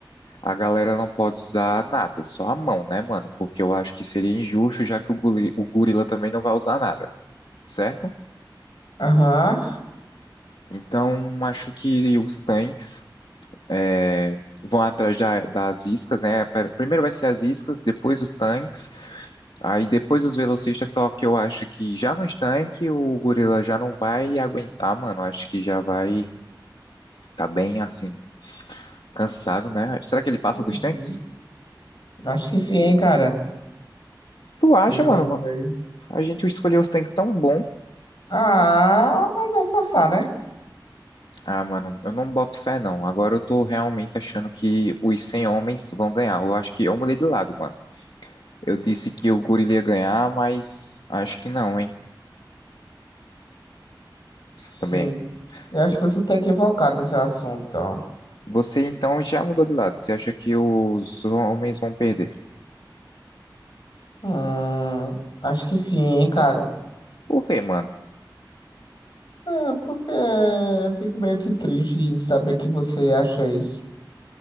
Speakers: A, on the left; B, on the left.
A: a galera não pode usar nada, só a mão, né, mano? Porque eu acho que seria injusto, já que o goli- o gorila também não vai usar nada, certo?
B: Aham.
A: Então, acho que os tanques é, vão atrás da- das iscas, né? Per- Primeiro vai ser as iscas, depois os tanques, aí depois os velocistas, só que eu acho que já nos tanques o gorila já não vai aguentar, mano. Acho que já vai Tá bem, assim, cansado, né? Será que ele passa
B: Uhum.
A: dos tanques?
B: Acho que sim, hein, cara.
A: Tu acha,
B: Ele consegue.
A: mano? A gente escolheu os tanques tão bom.
B: Ah, mas deve passar, né?
A: Ah, mano, eu não boto fé, não. Agora eu tô realmente achando que os 100 homens vão ganhar. Eu acho que eu mudei de lado, mano. Eu disse que o gorila ia ganhar, mas acho que não, hein? Você
B: Sim.
A: também.
B: Eu acho
A: Você,
B: que você tá equivocado no seu assunto, ó.
A: você, então já mudou de lado. Você acha que os homens vão perder?
B: Hum, acho que sim, hein, cara.
A: Por quê, mano?
B: É, porque eu fico meio que triste em saber que você acha isso.